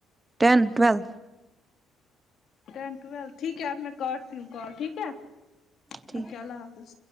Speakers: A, on the right; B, on the left.
A: ٹین ٹویل
B: ٹین ٹویل ٹھیک ہے اب میں کاٹتی ہوں کال ٹھیک ہے
A: ٹھیک
B: اوکے اللہ حافظ